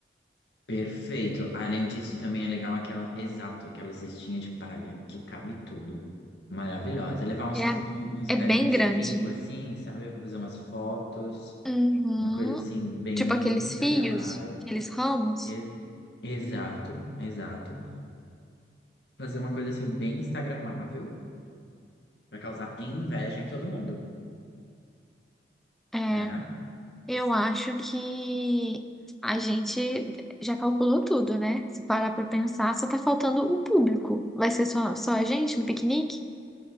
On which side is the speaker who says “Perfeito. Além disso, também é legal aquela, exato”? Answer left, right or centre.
Left